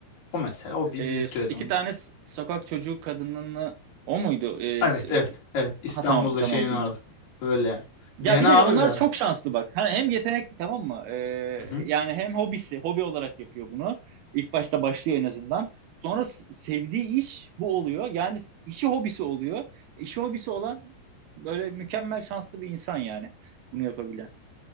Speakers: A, on the left; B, on the right.
A: O mesela o bir
B: Ee,
A: virtüöz.
B: iki tane s- sokak çocuğu kadınını o muydu? Ee,
A: Evet
B: s-
A: evet evet İstanbul'da
B: ha tamam tamam
A: şeyin orada.
B: bildim.
A: Böyle.
B: Ya
A: Dene
B: bir
A: abi
B: de onlar
A: bir ara.
B: çok şanslı bak. Hani hem yetenekli tamam mı? Ee,
A: Hı hı.
B: yani hem hobisi, hobi olarak yapıyor bunu. İlk başta başlıyor en azından. Sonra s- sevdiği iş bu oluyor. Yani s- işi hobisi oluyor. İşi hobisi olan böyle mükemmel şanslı bir insan yani bunu yapabilen.